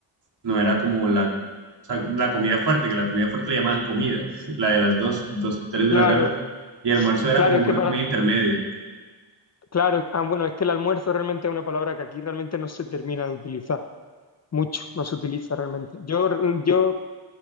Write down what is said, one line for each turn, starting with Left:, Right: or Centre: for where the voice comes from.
Right: no era como la, o sea, la comida fuerte, que la comida fuerte le llamaban comida, <laughs> la de las dos dos 3 de
Left: Claro,
Right: la tarde, y el
Left: s-
Right: almuerzo era
Left: claro,
Right: como
Left: es
Right: una
Left: que para,
Right: comida intermedia.
Left: claro, ah, bueno, es que el almuerzo realmente es una palabra que aquí realmente no se termina de utilizar mucho, no se utiliza realmente. Yo, yo